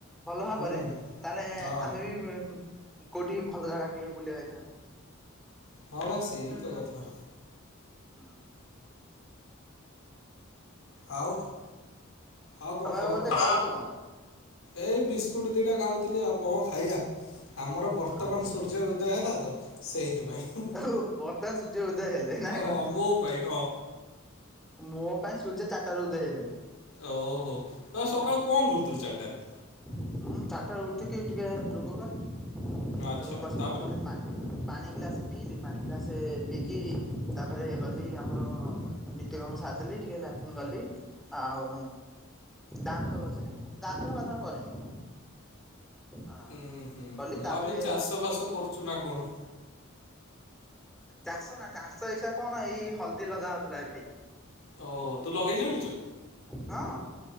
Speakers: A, in the centre; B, on the left.
A: ଭଲ ଭାବରେ
B: ହୁଁ
A: ତାହେଲେ
B: ହଁ।
A: ଆମେ ବି କୋଉଠି ଭଲ ଜାଗା ଟିକେ ବୁଲି ଆକୁ ଯାଇଥାନ୍ତୁ।
B: ହଁ ବା ସେଇ ତ କଥା।
A: ହ।
B: ହଉ ଆଉ କଣ ଖବର
A: ଏବେ ବୋଧେ
B: କହ?
A: ଖାଉଛ କଣ?
B: ଏଇ ବିସ୍କୁଟ ଦିଟା ଖାଉଥିଲି ଆଉ, କଣ ଖାଇଆ? ଆମର ବର୍ତ୍ତମାନ
A: ଆଚ୍ଛା
B: ସୂର୍ଯ୍ୟ ଉ ଦୟ ହେଲା ତ, ସେଇଥିପାଇଁ।
A: ଓହୋ ବର୍ତ୍ତମାନ ସୂର୍ଯ୍ୟ ଉଦୟ ହେଲେ ନା କଣ?
B: ହଁ ମୋ ପାଇଁ ହଁ।
A: ମୋ ପାଇଁ ସୂର୍ଯ୍ୟ ଚାରିଟାରୁ ଉଦୟ ହେଲେଣି।
B: ଓ ହୋ ତ ସକାଳୁ କଣ କରୁଥିଲୁ ଚାରିଟାରେ?
A: ମୁଁ ଚାରିଟାରୁ ଉଠିକି ଟିକେ ଯୋଗ କଲି ଯୋଗ
B: ଆଚ୍ଛା
A: କରିସାରିଲା
B: ତାପରେ
A: ପରେ ପା ପାଣି ଗ୍ଲାସ ପିଇଲି, ପାଣି ଗ୍ଲାସେ ପିଇକି ତାପରେ ଗଲି ଆମର ନିତ୍ୟକର୍ମ ସାରିଦେଲି। ଟିକେ ଲା ଗଲି ଆଉ ଦାନ୍ତ ଘଷିଲି, ଗାଧୁଆ ପାଧୁଆ କରିନି। ହଁ
B: ଉୁଁ- ହୁଁ -ମୁଁ
A: କଲି ତାପରେ
B: ଭାବିଲି ଚାଷ ଫାସ କରୁଚୁ ନା କଣ?
A: ଚାଷ ନା ଚାଷ ଏଇସା କଣ ଏଇ ହଳଦୀ ଲଗା ହଉଥିଲା ଏବେ। <unintelligible>
B: ଓ ହୋ ତୁ ଲଗେଇ ଜାଣିଚୁ?
A: ହଁ